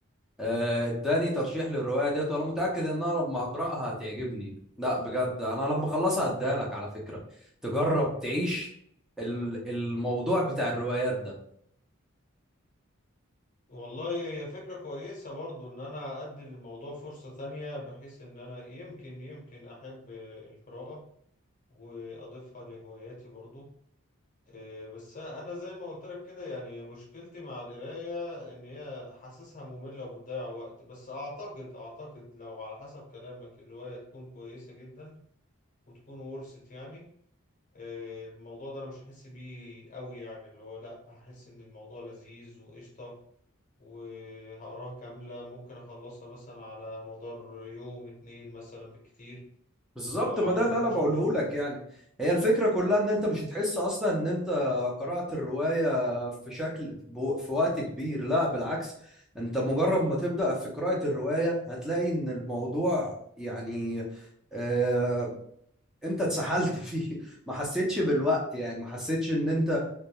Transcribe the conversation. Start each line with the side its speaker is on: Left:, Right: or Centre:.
Centre: آه، اداني ترشيح للروايه ديت وانا متاكد ان انا لما هقراها هتعجبني لا بجد انا لما اخلصها هديها لك على فكره تجرب تعيش ال- الموضوع بتاع الروايات ده
Left: والله فكرة كويسة برضو إن أنا أدي للموضوع فرصة تانية بحيث إن أنا يمكن يمكن أحب القراءة وأضيفها لهواياتي برضو إيه، بس انا زي ما قلت لك كده يعني مشكلتي مع القرايه ان هي حاسسها ممله وبتضيع وقت بس اعتقد اعتقد لو على حسب كلامك الروايه تكون كويسه جدا وتكون ورثت يعني إيه، الموضوع ده انا مش هحس بيه قوي يعني اللي هو لا هحس ان الموضوع لذيذ وقشطه وهقراها كاملة ممكن أخلصها مثلا على مدار يوم اتنين مثلا بالكتير
Centre: بالظبط
Left: لو
Centre: ما
Left: عجبتني
Centre: ده اللي انا
Left: وشدتني
Centre: بقوله لك يعني هي الفكره كلها ان انت مش هتحس اصلا ان انت قرات الروايه في شكل بو- في وقت كبير لا بالعكس انت مجرد ما تبدا في قراءه الروايه هتلاقي ان الموضوع يعني آه انت اتسحلت <laughs> فيه ما حسيتش بالوقت يعني ما حسيتش ان انت